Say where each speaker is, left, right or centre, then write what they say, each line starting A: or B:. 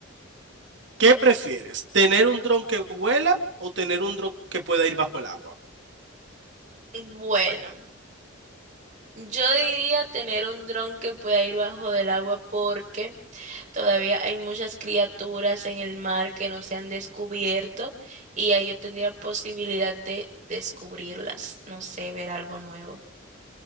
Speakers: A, on the right; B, on the right.
A: ¿Qué prefieres? ¿Tener un dron que vuela o tener un dron que pueda ir bajo el agua?
B: Bueno, yo diría tener un dron que pueda ir bajo del agua porque Todavía hay muchas criaturas en el mar que no se han descubierto y ahí yo tendría posibilidad de descubrirlas, no sé, ver algo nuevo.